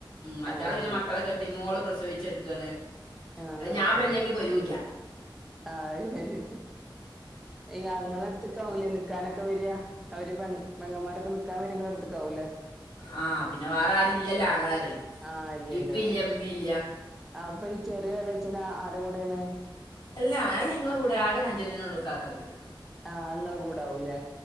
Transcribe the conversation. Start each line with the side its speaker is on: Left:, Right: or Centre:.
Left: മറ്റാള്
Centre: ആഹ്
Left: പിന്നെ
Centre: ശരി
Left: മക്കളെ കെട്ടി മോള് പ്രസവിച്ചെടുക്കാന്
Centre: ആഹ്
Left: അത്
Centre: ആഹ്
Left: ഞാൻ ഇവടെ ഇല്ലെങ്കി വരൂല്യ
Centre: ആഹ് ശ അയ് ഞങ്ങളടുത്ത്ക്കാ ഓല് നിക്കാനൊക്കെ വര അവര് പങ്ങന്മാരൊക്കെ നിക്കാൻ വാര ഇങ്ങളെട്ത്ത് ക്കാവുലെ
Left: ആ പിന്നെ വേറെ ആരും ഇല്ലല്ലോ ആങ്ങളാര്
Centre: ആഹ് അല്ലെല്യാെലെ
Left: ഇപ്പില്ല ഇമ്മയില്ല
Centre: അപ്പൊ ഈ ചെറ്യെ എള്ളച്ചനാ ആര കൂടേണ്
Left: എല്ലാ അഹ് ഞങ്ങളെ കൂടെ ആകെ അഞ്ജനെ നൊള്ളു കാക്കാക്ക്
Centre: ആഹ് ഇങ്ങളെ കൂടാവൂല്ലേ